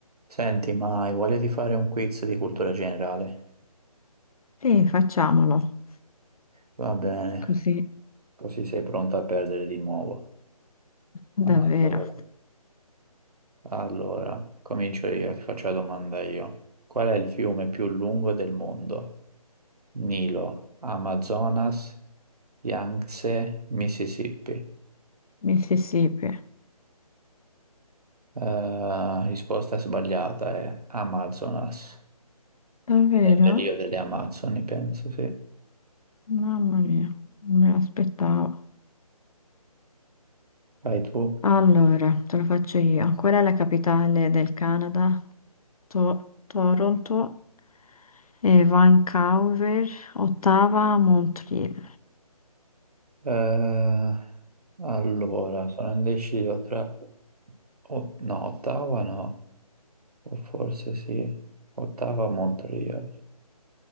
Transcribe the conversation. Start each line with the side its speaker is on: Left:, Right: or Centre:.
Right: Senti, ma hai voglia di fare un quiz di cultura generale?
Left: Sì, facciamolo.
Right: Va bene,
Left: Così,
Right: così sei pronta a perdere di nuovo.
Left: davvero.
Right: Allora, allora, comincio io, ti faccio la domanda io. Qual è il fiume più lungo del mondo? Nilo, Amazonas, Yangtze, Mississippi.
Left: Mississippi.
Right: Eh, risposta sbagliata è Amazonas,
Left: Davvero?
Right: nel Rio delle Amazzoni, penso, sì.
Left: Mamma mia, non me l'aspettavo.
Right: Vai tu.
Left: Allora, te lo faccio io. Qual è la capitale del Canada? To- Toronto, eh, Vancouver, Ottawa, Montreal.
Right: Eh, allora, sono indeciso tra... o- no, Ottawa no, o forse sì. Ottawa, o Montreal.